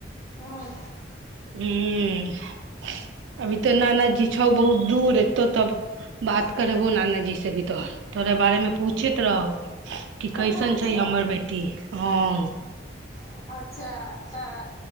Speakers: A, on the left; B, on the right.
A: हुँ
B: हुँ अभी तऽ नानाजी छौ बहुत दूर तो तब बात करेबो नाना जी से भी तोहर तोरा बारेमे पूछैत रहौ कि कैसन
A: अच्छा
B: छै हमर बेटी हँ
A: अच्छा तऽ